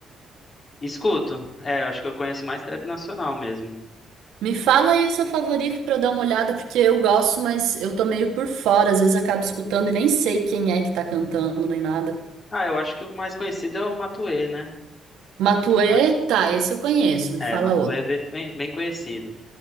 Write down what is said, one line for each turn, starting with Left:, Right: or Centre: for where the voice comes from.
Left: Escuto. É, eu acho que eu conheço mais trap nacional mesmo.
Right: Me fala aí o seu favorito pra eu dar uma olhada, porque eu gosto, mas eu tô meio por fora, às vezes acabo escutando e nem sei quem é que tá cantando nem nada.
Left: Ah, eu acho que o mais conhecido é o Matuê, né?
Right: Matuê,
Left: Ma-
Right: tá, esse eu conheço, me
Left: É,
Right: fala
Left: Matuê
Right: outro.
Left: é bem bem conhecido.